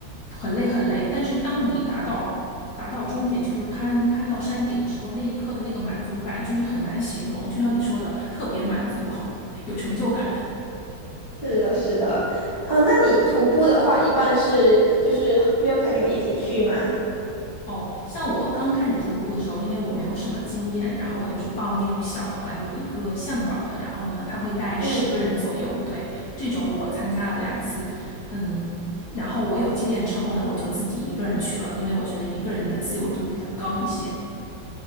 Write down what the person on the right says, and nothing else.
是的，是的。嗯、那你徒步的话，一般是就是约朋友一起去吗？
嗯。